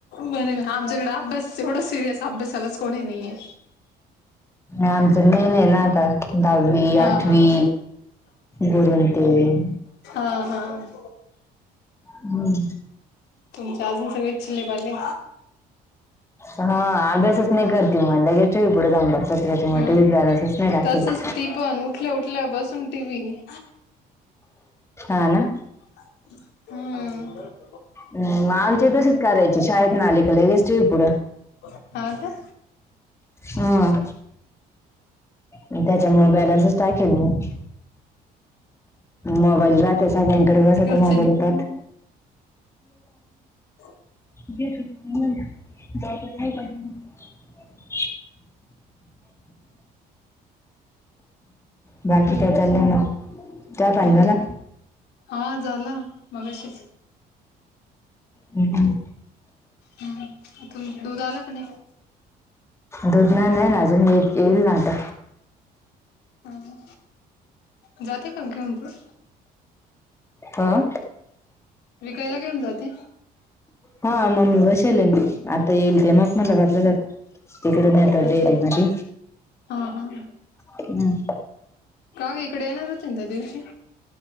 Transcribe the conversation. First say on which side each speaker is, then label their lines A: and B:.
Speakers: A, on the left; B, on the left.
A: बरय म आमच्याकडे अभ्यास, एवढा सिरियस अभ्यासालाच कोणी नाहीेए.
B: आमचं मेन आहे ना आता. दहावी
A: हा
B: आठवी गरुं ते-
A: हा हा.
B: हम्.
A: तुमचे अजून सगळेच चिल्ले पाले-
B: हा अभ्यासच नाही करती म. लगे- टी व्हि पुढे जाऊन बसत्या. त्याच्यामुळे
A: हम्म
B: टी व्हित बॅलेन्सच नाही टाकला.
A: तसच ती पण उठल्या उठल्या बसून टीव्ही
B: हा ना.
A: हम्म.
B: मग आमचेही तशेच करायचे. शाळेतन आले कि लगेच टी व्ही पुढं-
A: हा का?
B: हा. मी त्याच्यामुळे बॅलन्सच टाकलेला नाही. मोबाईल राहतो सगळ्यांकडे. बसते
A: घरच्यांनी
B: मोबाईल पहात.
A: ह
B: <unintelligible> बाकी काय चालंलय मग? चहा पाणी
A: काय
B: झाला?
A: हा झाला. मगाशीच.
B: हम्. हम्म.
A: हम्म. <unintelligible> दूध आलं का नाही?
B: दुध नाही आलंय ना अजून. येई येईल ना आता.
A: ह. जातो का घेऊन तो?
B: हा.
A: विकायला घेऊन जाते?
B: हा मम्मी बसेले. आता येईल ते मग मखमलाबादला
A: ह
B: जातो. तिकडून येतो
A: अच्छा
B: डेअरी मधी..
A: हा हा
B: हम्म.
A: का ग, इकडे येणार होती ना त्या दिवशी?